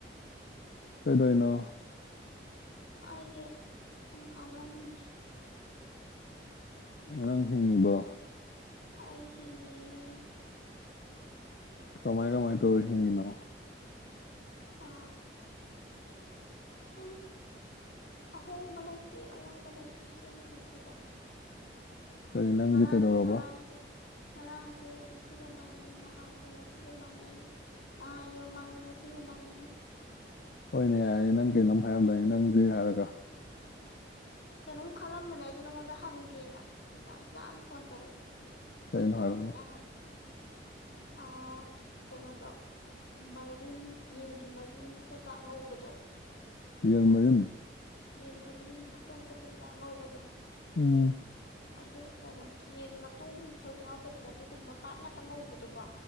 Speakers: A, on the left; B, on the left.
A: ꯀꯩꯗꯣꯏꯅꯣ
B: ꯑꯩꯖꯦ ꯁꯨꯝ ꯐꯥꯝꯃꯝꯃꯤꯅꯦ
A: ꯅꯪ ꯍꯤꯡꯉꯤꯕꯣ
B: ꯑꯩ ꯍꯤꯡꯉꯤꯌꯦ
A: ꯀꯃꯥꯏ ꯀꯃꯥꯏ ꯇꯧꯔ ꯍꯤꯡꯉꯤꯅꯣ
B: ꯑ ꯁꯨꯝ ꯑꯍꯣꯡꯕ ꯂꯩꯇꯦ ꯑꯑꯣꯟꯕ ꯂꯩꯇꯦ ꯑꯩꯒꯤ ꯄꯨꯟꯁꯤꯗ
A: ꯀꯔꯤ ꯅꯪꯖꯦ
B: ꯉꯔꯥꯡ
A: ꯀꯩꯗꯧꯔꯕ
B: ꯉꯔꯥꯡꯁꯨ ꯉꯔꯥꯡꯁꯨ ꯉꯁꯤꯒ ꯃꯥꯟꯅꯩ ꯅꯍꯥꯟꯁꯨ ꯉꯁꯤꯒ ꯃꯥꯟꯅꯩ ꯅꯍꯥꯟꯒꯤ ꯃꯃꯥꯡꯖꯨ ꯉꯁꯤꯒ ꯃꯥꯟꯅꯩ
A: ꯍꯣꯏꯅꯦ ꯌꯥꯏꯔꯦꯅꯦ ꯅꯪ ꯀꯩꯅꯣꯝ ꯍꯥꯏꯔꯝꯗꯥꯏꯅꯦ ꯅꯪꯁꯦ ꯍꯥꯔꯒ
B: ꯀꯩꯅꯣꯝ ꯈꯜꯂꯝꯕꯅꯦ ꯑꯩꯖꯦ ꯅꯪꯉꯣꯟꯗ ꯍꯪꯒꯦꯅ ꯑꯝ ꯇꯥꯡ ꯆꯥꯅ ꯐꯣꯟ ꯇꯧꯔꯛꯑꯦ
A: ꯀꯩꯅꯣ
B: ꯍ ꯇꯒꯇꯔꯤ
A: ꯍꯥꯏꯔꯛꯑꯣꯅꯦ
B: ꯀꯗ ꯑꯥ ꯀꯩꯅꯣꯗ ꯃꯔꯤꯡ ꯌꯦꯟꯒꯤ ꯃꯔꯤꯡ ꯀꯛ ꯀꯥꯉꯧꯕꯗꯣ
A: ꯜ ꯃꯟ
B: ꯌꯦꯟ ꯃꯥꯔꯤꯟ ꯃꯀꯪ ꯀ ꯂꯩꯦ ꯆꯥꯡꯉ ꯍꯕꯗꯣ
A: ꯎꯝ
B: ꯑꯗꯨ ꯀꯩꯅꯣ ꯌꯦꯟ ꯃꯇꯣꯡ ꯁꯔꯨꯛ ꯌꯥꯎꯗꯕꯤꯗ ꯑꯗꯨꯒꯨꯝꯕ ꯄꯥꯠ ꯉꯥꯛꯇ ꯉꯧꯕꯗꯣ ꯋꯥ